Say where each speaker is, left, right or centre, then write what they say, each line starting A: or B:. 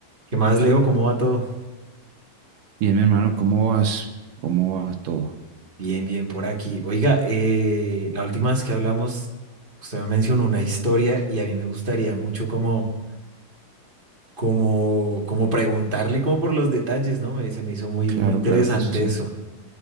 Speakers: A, on the right (about 20°); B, on the right (about 70°).
A: ¿Qué más, Leo? ¿Cómo va todo?
B: Bien, mi hermano, ¿cómo vas? ¿Cómo va todo?
A: Bien, bien, por aquí. Oiga, eh, la última vez que hablamos, usted me mencionó una historia y a mí me gustaría mucho como, como, como preguntarle como por los detalles, ¿no? Me- se me hizo muy,
B: Claro,
A: muy interesante
B: claro que sí.
A: eso,